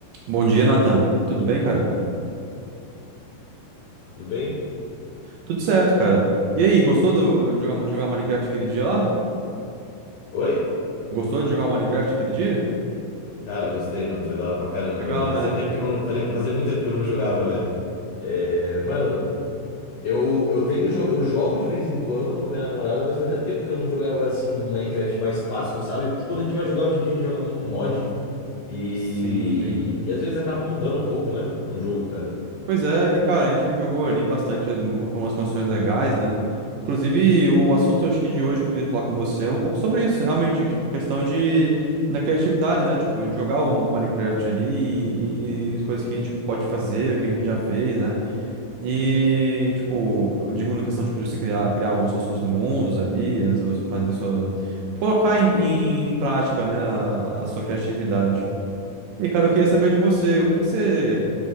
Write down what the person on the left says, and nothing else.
Tudo bem?
Oi?
Cara, gostei, mano. Foi da hora pra caramba,
velho. Fazia
tempo que eu não. Faria, fazia muito tempo que eu não jogava, velho. É, mano, eu, eu tenho jo- eu jogo de vez em quando com a minha namorada, mas fazia tempo que eu não jogava assim um Minecraft mais clássico, sabe? Porque quando a gente vai jogar hoje em dia, a gente joga muito com mod. E,
e às vezes acaba mudando um pouco, né? O jogo, cara.